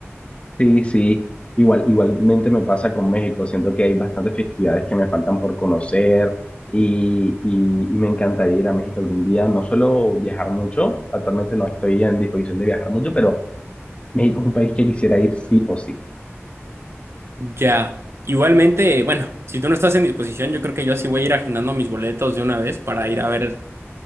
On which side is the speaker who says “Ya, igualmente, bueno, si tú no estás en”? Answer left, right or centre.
Right